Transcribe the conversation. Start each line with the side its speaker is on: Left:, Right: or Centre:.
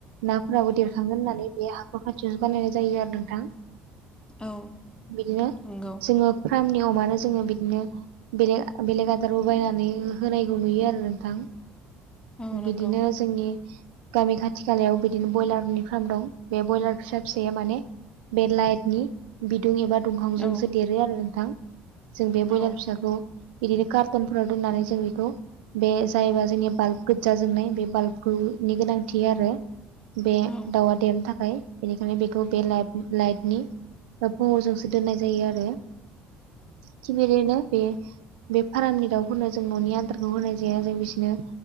Right: नाफोराबो देरखागोन होननानै बे हाखर खाथियावसो बानायनाय जायो आरो नोंथां
Left: औ
Right: बिदिनो
Left: नंगौ
Right: जों अमानो मानो जोङो बिदिनो बेलेग बेलेग आदारबो बायनानै होनायखौ नुयो आरो नोंथां
Left: औ नंगौ
Right: बिदिनो <inaudible> गामि खाथि खालायाव बिदिनो ब्रयलारनि फार्म दं बे ब्रयलार फिसा फिसाया माने बे लाइटनि बिदुं एबा दुंहावजोंसो
Left: औ
Right: देरो आरो नोंथां जों बे
Left: औ
Right: बयलार फिसाखौ बिदिनो कार्टनफोराव दोननानै जों बेखौ बे जायोबा जोंनिया बाल्ब गोजा जोंनाय बे बाल्ब दु नि गोनांथि आरो बे
Left: औ
Right: दाउआ देरनो थाखाय। बेनिखायनो बेखौ बे लाइ-लाइटनि बा फुङावजोंसो दोननाय जायो आरो। थिग बेदिनो बियो बे फार्मनि दाउफोरनो जों न'नि आदारखौ होनाय जाया जों बिसोरनो